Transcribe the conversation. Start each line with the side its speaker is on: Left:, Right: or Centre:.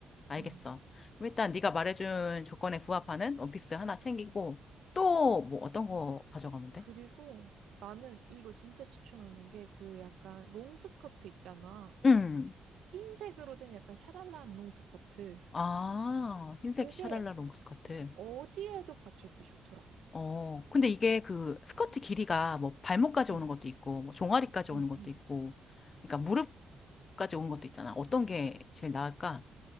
Left: 알겠어.
Right: 음.
Left: 그럼 일단 네가 말해준 조건에 부합하는 원피스 하나 챙기고 또 뭐 어떤 거 가져가면 돼?
Right: 그리고 나는 이거 진짜 추천하는 게 그 약간 롱스커트 있잖아.
Left: 음.
Right: 흰색으로 된 약간 샤랄라한 롱스커트.
Left: 아, 흰색
Right: 그게
Left: 샤랄라 롱 스커트.
Right: 어디에도 받쳐 입기 좋더라.
Left: 어, 근데 이게 그 스커트 길이가 뭐 발목까지
Right: 응
Left: 오는 것도 있고 뭐 종아리까지 오는
Right: 응응
Left: 것도 있고 그러니까 무릎까지 오는 것도 있잖아. 어떤 게 제일 나을까?